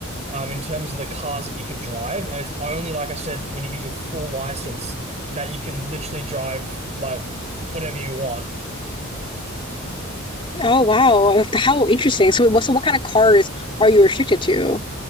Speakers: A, on the right; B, on the left.
A: um, in terms of the cars that you can drive. And it's only, like I said, when you get your full license that you can literally drive like whatever you want.
B: Oh wow. Oh, <laughs> How interesting. So, what- so what kind of cars are you restricted to?